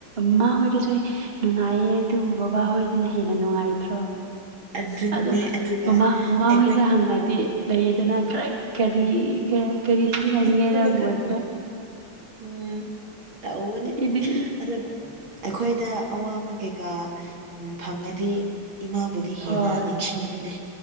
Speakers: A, on the right; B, on the right.
A: ꯃꯥꯃꯥ ꯍꯣꯏꯗꯁꯨ ꯅꯨꯡꯉꯥꯏꯌꯦ ꯑꯗꯨꯕꯨ ꯕꯥꯕꯥ ꯍꯣꯏꯗꯅ ꯍꯦꯟꯅ ꯅꯨꯡꯉꯥꯏꯇ꯭ꯔꯣ
B: ꯑꯗꯨꯅꯦ
A: ꯑꯗꯨꯝ
B: ꯑꯗꯨꯒ
A: ꯃꯃꯥ ꯃꯃꯥ
B: ꯑꯩꯈꯣꯏ
A: ꯍꯣꯏꯗ ꯍꯪꯉꯗꯤ ꯂꯩꯗꯅ ꯈꯔꯛ ꯀꯔꯤ ꯒꯥ ꯀꯔꯤ ꯁꯤꯖꯤꯟꯅꯅꯤꯡꯉꯥꯏꯔ
B: ꯂꯤꯛꯄꯗ
A: ꯒꯨꯝꯕꯗꯣ
B: ꯈꯔ ꯎꯝ ꯇꯧꯕꯅꯦ
A: ꯑꯩꯗꯤ
B: ꯑꯗꯨꯒ ꯑꯩꯈꯣꯏꯗ ꯑꯋꯥꯕ ꯀꯩꯀꯥ ꯎꯝ ꯐꯪꯉꯗꯤ ꯏꯃꯥꯕꯨꯗꯤ ꯍꯦꯟꯅ
A: ꯍꯣꯏ
B: ꯅꯤꯡꯁꯤꯡꯕꯅꯦ